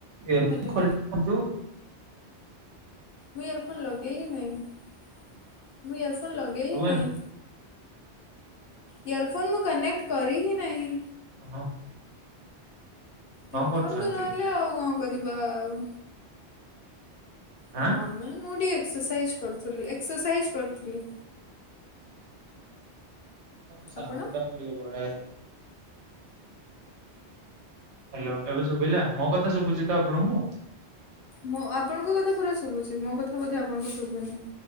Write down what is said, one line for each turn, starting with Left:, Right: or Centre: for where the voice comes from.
Right: ଇୟରଫୋନ
Left: ହ୍ୟାଲୋ
Right: ଖୋଲ ଦିଅନ୍ତୁ।
Left: ମୁଁ ଇୟରଫୋନ୍ ଲଗେଇ ହିଁ ନାହିଁ ମୁଁ ଇୟରଫୋନ୍ ଲଗେଇ
Right: ଶୁଭୁନି
Left: ହିଁ ନାହିଁ। ଇୟରଫୋନ୍ ମୁଁ କନେକ୍ଟ କରି ହିଁ ନାହିଁ।
Right: ଓହ।
Left: ଦେଖନ୍ତୁ
Right: କରୁଛନ୍ତି
Left: ନହେଲେ ଆଉ କଣ କରିବା ଆଉ। ଓ
Right: ଆଁ
Left: ଆମେ ମୁ ଟିକେ ଏକ୍ସରସାଇଜ କରୁଥିଲି ଏକ୍ସରସାଇଜ କରୁଥିଲି।
Right: ସାଉଣ୍ଡ
Left: ଆପଣ?
Right: ଟା ମୁଁ ଟିକେ ବଢାଏ। ହ୍ୟାଲୋ। ଏବେ ଶୁଭିଲା ମୋ କଥା ଶୁଭୁଛି ତ ଆପଣଙ୍କୁ।
Left: ମୁଁ ଆପଣଙ୍କ କଥା ପୁରା ଶୁଭୁଛି ମୋ କଥା ବୋଧେ ଆପଣଙ୍କୁ ଶୁଭୁନି।